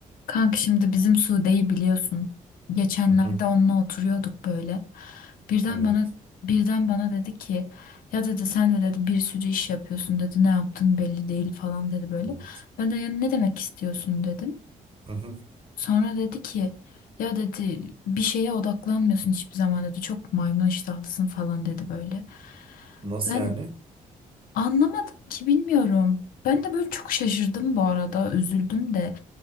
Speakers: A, on the left; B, on the right.
A: Kanka şimdi bizim Sude'yi biliyorsun. Geçenlerde
B: Hı hı.
A: onunla oturuyorduk böyle. Birden
B: Evet.
A: bana birden bana dedi ki ya dedi sen de dedi bir sürü iş yapıyorsun dedi ne yaptın belli değil falan dedi böyle.
B: Evet.
A: Ben de yani ne demek istiyorsun dedim.
B: Hı hı.
A: Sonra dedi ki ya dedi bir şeye odaklanmıyorsun hiçbir zaman dedi çok maymun iştahlısın falan dedi böyle.
B: Nasıl
A: Ben
B: yani?
A: anlamadım ki bilmiyorum. Ben de böyle çok şaşırdım bu arada üzüldüm de.